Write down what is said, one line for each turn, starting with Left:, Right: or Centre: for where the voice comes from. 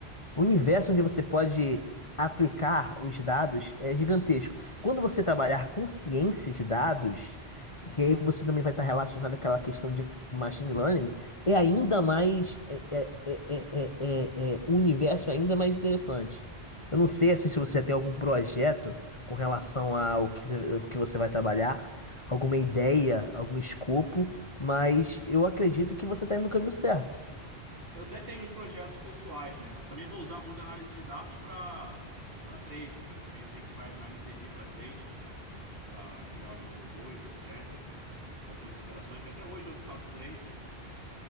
Left: o universo onde você pode aplicar os dados é gigantesco. Quando você trabalhar com ciência de dados, que aí você também vai estar relacionado àquela questão de machine learning, é ainda mais é, é, é, é, é, é, um universo é ainda mais interessante. Eu não sei assim, se você já tem algum projeto com relação ao que, você- o que você vai trabalhar, alguma ideia, algum escopo, mas eu acredito que você está indo no caminho certo.
Right: Eu até tenho uns projetos pessoais, né? Eu também vou usar muito análise de dados para para trade, porque eu também sei que vai mais me servir para trade, para criar os meus robôs, etc. Fazer minhas operações, que até hoje eu faço trade.